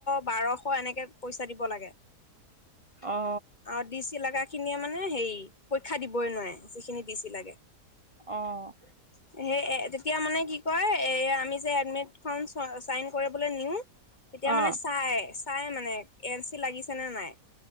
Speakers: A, on the left (about 30°); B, on the right (about 35°).
A: বাৰশ শ এনেকে পইচা দিব লাগে।
B: অ
A: অ', ডি চি লাগা খিনিয়ে মানে হেৰি, পৰীক্ষা দিব বৈ নোৱাৰে যিখিনি ডি‌ চি লাগে।
B: অ'।
A: সেই এ তেতিয়া মানে কি কয়, এয়া আমি যে এডমিটখন চ-চাইন কৰিবলৈ নিওঁ তেতিয়া
B: অ
A: মানে চাই। চাই মানে, এন চি লাগিছে নে নাই?